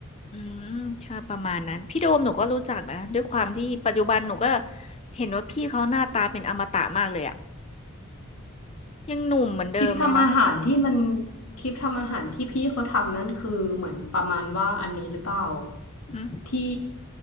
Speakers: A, on the left; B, on the left.
A: อืมค่ะประมาณนั้นพี่โดมหนูก็รู้จักนะด้วยความที่ปัจจุบันหนูก็เห็นว่าพี่เขาหน้าตาเป็นอมตะมากเลยอะยังหนุ่มเหมือนเดิมเลยเนาะ
B: คลิปทำอาหารที่มันคลิปทำอาหารที่พี่เขาทำนั่นคือเหมือนประมาณว่าอันนี้หรือเปล่า
A: อืม
B: ที่